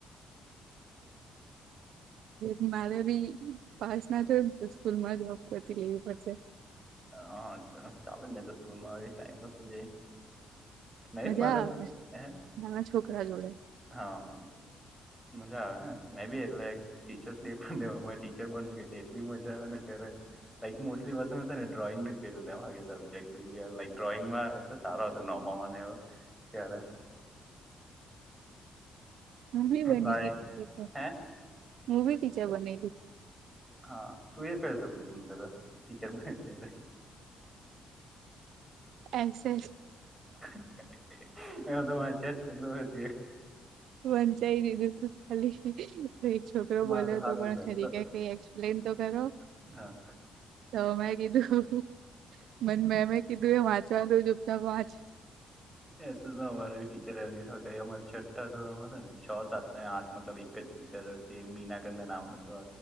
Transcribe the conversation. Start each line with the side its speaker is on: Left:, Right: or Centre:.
Right: એ મારે બી પાસ ના થયુ ને તો સ્કૂલ માં <unintelligible> વતી લેવી પડશે.
Centre: હા ચાલે ને તો સ્કૂલમાં આવી ટાઈમપાસ થઈ જાય મેય
Right: મજા
Centre: મારે
Right: આવે
Centre: હે.
Right: નાના છોકરા જોડે
Centre: હા. મજા આવે હે મેં બી એટલે ટીચર્સ ડે પર મે એવુંમાં ટીચર બનુ કે ની એટલી મજા આવે ને ત્યારે લાઈક મોસ્ટલી વર્ષ ને ડ્રોઈંગ ને પેલું લેવ હકે સબ્જેક <unintelligible> લાઈક ડ્રોઈંગમાં એ સારો હતો નો ઓ ફોન આયવો ત્યારે.
Right: હું બી બની
Centre: લાઈક
Right: ગઈ ટીચર તો,
Centre: હે
Right: હું બી ટીચર બનેલી.
Centre: હા તું એ કયો સબ્જેક્ટ લીધેલો ટીચર બનેલી ત્યારે.
Right: S S.
Centre: <inaudible>
Right: વંચાઈ દીધું તું. ખાલી તોઈ છોકરો
Centre: મારે
Right: બોલ્યો
Centre: સારું
Right: તો પણ
Centre: મેચ
Right: ખરી
Centre: તો
Right: કે કઈ એક્સપ્લેન તો... કરો,
Centre: હા
Right: તો મેં કીધું મને મેમ એ કીધું એ વાત... ચલું દુબતા વાંચ.
Centre: એ અમારે ટીચર હતા, એ અમારે છઠ્ઠા ધોરણ માં હતા ને છ સાત ને આઠ મતલબ એક જ... ટીચર હતી મીના કરને ના નામ હતો...